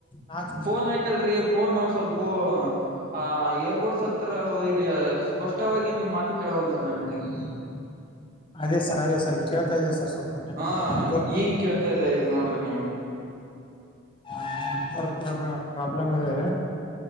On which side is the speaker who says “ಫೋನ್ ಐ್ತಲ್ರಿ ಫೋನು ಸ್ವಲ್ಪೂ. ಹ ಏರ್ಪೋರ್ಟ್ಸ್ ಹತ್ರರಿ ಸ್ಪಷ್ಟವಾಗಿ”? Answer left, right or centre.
Right